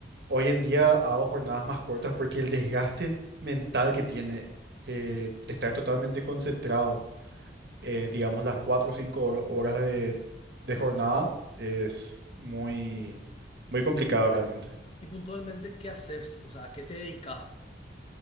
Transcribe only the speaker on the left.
Y puntualmente, ¿qué haces? O sea, ¿a qué te dedicas?